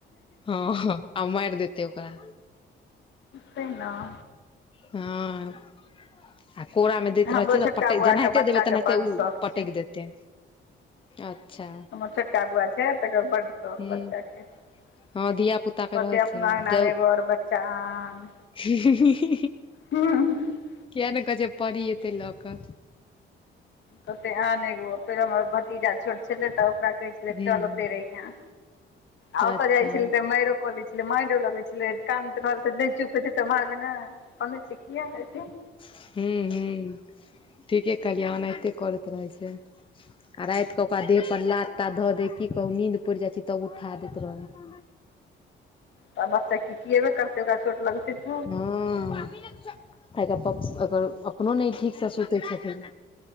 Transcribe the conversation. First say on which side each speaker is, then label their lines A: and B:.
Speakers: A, on the left; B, on the left.
A: हँ ह आर मैर देतै ओकरा।
B: तै नऽ।
A: हँ। आ कोरा में दैत
B: हमरो
A: रहै छियै
B: छोटका
A: तऽ पटैक,
B: बौआके
A: जेनाहिते
B: बच्चाके
A: देबै तनाहिते
B: बड्ड
A: उ
B: शौक
A: पटैक
B: छै
A: देतै। अच्छा
B: हमर छोटका बौआ छै तकरा बड शौक
A: हूँ
B: छै बच्चा के कहतै
A: हँ धिया पुता के रहै
B: अपना
A: छै
B: अंगना
A: जब
B: में एगो और बच्चा आन
A: <unintelligible>
B: कहतै
A: किया नै कहै छै परी एतै लऽ कऽ।
B: कहतै आन एगो, फेर हमर भतीजा छोट छेलै तऽ ओकरा कहै छेलै,
A: हूँ
B: चल
A: हूँ
B: ओतई रहियैं, आ ओतऽ
A: अच्छा
B: जाइ छेलै तऽ मैरो कऽ लै छेलै, मैरो लगै छै। छेलै कानेतऽ रहल तऽ नै चुप होय छै तऽ मारबै नै, कनै छै किया एत्ते?
A: हूँ-हूँ ठीके कहलियै, एनाहिते करैत रहै छै। आ राइत कऽ ओकरा देह पर लात-तात धऽ दै, की कहू नीन्द पइड़ जाइ छै तब उठा दैत रहैए हैँ।
B: तऽ बच्चा कीकएबे करतै ओकरा चोट लगतै त।
A: हूँ। आ एकर पप्स, एकर अपनो नै ई ठीकसँ सुतै छथिन।